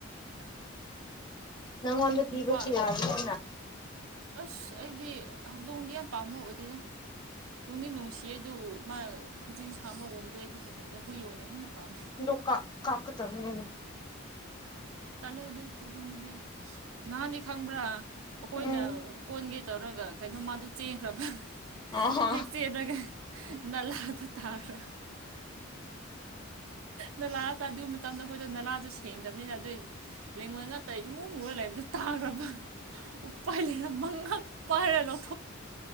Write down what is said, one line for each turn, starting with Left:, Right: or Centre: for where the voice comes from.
Left: ꯅꯪ ꯑꯣꯟ ꯄꯤꯕꯁꯨ
Right: ꯅꯨꯄꯥ
Left: ꯌꯥꯎꯗꯅ
Right: ꯑꯁ ꯑꯩꯗꯤ ꯍꯧꯗꯣꯡꯗꯤ ꯌꯥꯝ ꯄꯥꯝꯃ ꯑꯣꯏꯗꯣꯏꯅ ꯇꯨꯡꯗꯤ ꯅꯨꯡꯁꯤ ꯑꯗꯨ ꯃꯥ ꯈꯨꯖꯤꯟ ꯁꯥ ꯃꯒꯡꯗꯣ ꯑꯩꯗꯤ ꯍꯩꯅꯗꯦ ꯍꯨꯏ ꯑꯣꯏꯅ ꯍꯦꯟꯅ ꯄꯥꯝ
Left: ꯂ ꯀꯥ ꯀꯥꯛ ꯆ ꯑꯃꯅꯤꯅꯦꯅ
Right: ꯇꯠꯂꯦ ꯑꯗꯨ ꯍꯧꯗꯣꯡꯗꯨꯗꯤ ꯅꯍꯥꯟꯗꯤ ꯈꯪꯕ꯭ꯔꯥ ꯑꯩꯈꯣꯏꯅ
Left: ꯎꯝ
Right: ꯀꯣꯟꯒꯦ ꯇꯧꯔꯒ ꯀꯩꯅꯣ ꯃꯥꯗꯣ ꯆꯦꯟꯈ꯭ꯔꯕ
Left: ꯑꯣꯍꯣ
Right: ꯍꯦꯛ ꯆꯦꯂꯒ ꯅꯂꯗ ꯇꯥꯔ꯭ꯔ ꯅꯂꯥ ꯑ ꯑꯗꯨ ꯃꯇꯝꯗ ꯑꯩꯈꯣꯏꯗꯣ ꯅꯂꯥꯗꯣ ꯁꯦꯡꯗꯕꯅꯤꯅ ꯑꯗꯨꯏ ꯂꯩꯦꯡꯉꯣꯏ ꯉꯥꯛꯇ ꯏꯃꯨꯡꯃꯨꯔ ꯂꯩꯕꯗꯨ ꯇꯥꯈ꯭ꯔꯕ ꯎ ꯄꯥꯏ ꯂꯩꯦꯅ ꯃꯪꯍꯥꯛ ꯄꯥꯏꯔ ꯂꯧ